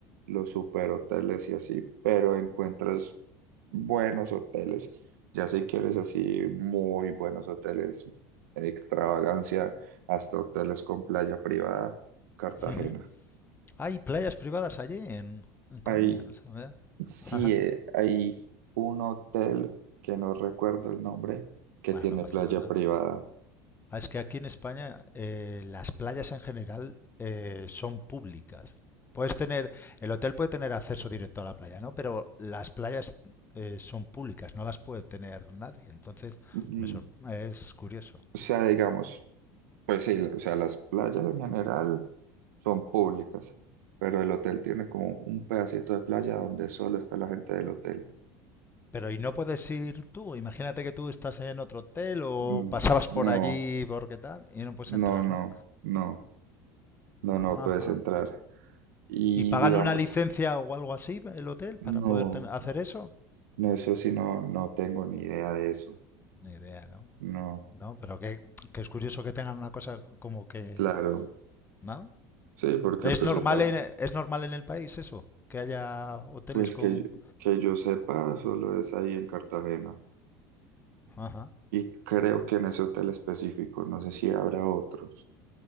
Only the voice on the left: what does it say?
ujú. Hay playas privadas allí en, en Colombia,
no sé. mira.
<laughs>
Bueno,
no pasa
nada.
Ah, Es que aquí en España eh, las playas en general eh, son públicas. Puedes tener, el hotel puede tener acceso directo a la playa, ¿no? Pero las playas eh, son públicas, no las puede tener nadie. Entonces,
me sor- es curioso.
Pero ¿y no puedes ir tú? Imagínate que tú estás en otro hotel o
pasabas
por allí ¿por qué tal y no puedes
entrar,
¿no?
Ajá.
¿Y pagan
una licencia o algo así el hotel
para poder ten- hacer eso?
Ni idea, ¿no?
No, pero que, que es curioso que tengan una cosa como que,
¿no?
¿Es
normal
en, es normal en el país eso? Que haya hoteles
con...
Ajá.